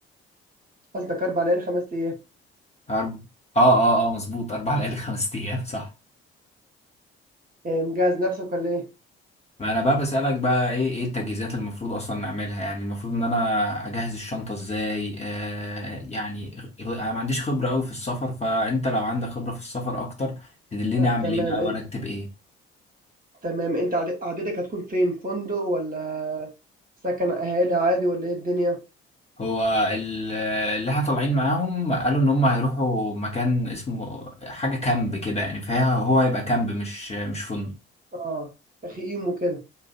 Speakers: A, on the right; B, on the left.
A: قصدك أربع ليالي خمس أيام
B: أرب... اه اه اه مظبوط أربع ليالي خمس أيام صح
A: آه، مجهز نفسك ولا إيه؟
B: ما أنا بقى بسألك بقى إيه إيه التجهيزات اللي المفروض أصلا نعملها يعني المفروض إن أنا أجهز الشنطة إزاي آه يعني غ- أنا ما عنديش خبرة أوي في السفر فأنت لو عندك خبرة في السفر أكتر تدلني
A: طب
B: أعمل
A: تمام
B: إيه بقى
A: أنت
B: وأرتب إيه
A: تمام أنت عد- عددك هتكون فين؟ فندق ولا سكن أهالي عادي ولا إيه الدنيا؟
B: هو ال- اللي احنا طالعين معاهم قالوا إن هم هيروحوا مكان اسمه حاجة كامب كده يعني فهو هيبقى كامب مش مش فندق
A: آه تخييم وكده